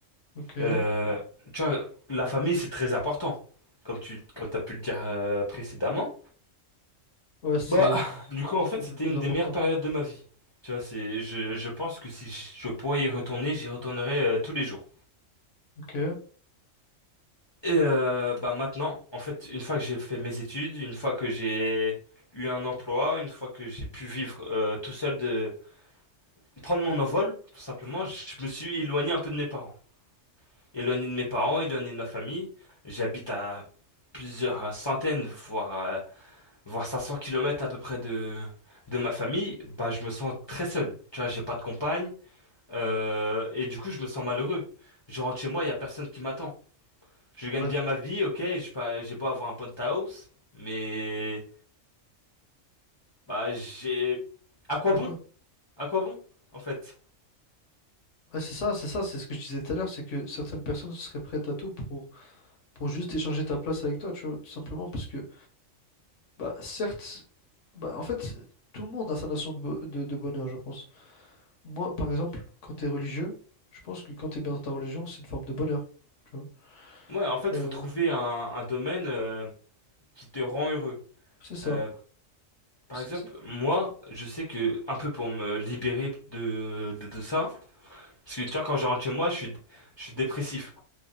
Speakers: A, on the left (about 70°); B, on the left (about 25°).
A: ok.
B: Euh, tu vois, la famille c'est très important, comme tu comme t'as pu le dire euh, précédemment.
A: Ouais, c'est
B: Bah, du
A: c'est
B: coup, en fait,
A: peut-être
B: c'était
A: même le plus
B: une
A: important.
B: des meilleures périodes de ma vie. Tu vois, c'est je je pense que si je je pourrais y retourner, j'y retournerais euh, tous les jours.
A: Ok,
B: Et euh, bah maintenant, en fait, une fois que j'ai fait mes études, une fois que j'ai eu un emploi, une fois que j'ai pu vivre euh, tout seul de prendre mon envol, tout simplement, je me suis éloigné un peu de mes parents. Éloigné de mes parents, éloigné de ma famille. J'habite à plusieurs euh, centaines, voire euh, voire 500 kilomètres à peu près de de ma famille. Bah je me sens très seul. Tu vois, j'ai pas de compagne euh, et du coup, je me sens malheureux. Je rentre chez moi, il y a personne qui m'attend. Je gagne
A: ouais.
B: bien ma vie, ok, j'ai pas, j'ai beau avoir un penthouse, mais bah j'ai. À quoi
A: À
B: bon?
A: quoi-
B: À quoi bon, en fait?
A: Ouais, c'est ça, c'est ça, c'est ce que je disais tout à l'heure, c'est que certaines personnes seraient prêtes à tout pour, pour juste échanger ta place avec toi, tu vois, tout simplement, parce que, bah, certes, bah, en fait, tout le monde a sa notion de, bo- de, de bonheur, je pense. Moi, par exemple, quand t'es religieux, je pense que quand t'es bien dans ta religion, c'est une forme de bonheur, tu vois.
B: Ouais, en fait,
A: Euh,
B: faut trouver un, un domaine euh, qui te rend heureux.
A: c'est ça.
B: Euh, par
A: C'est-
B: exemple,
A: c'est-
B: moi, je sais que un peu pour me libérer de de, de ça, parce que tu vois, quand je rentre chez moi, je suis je suis dépressif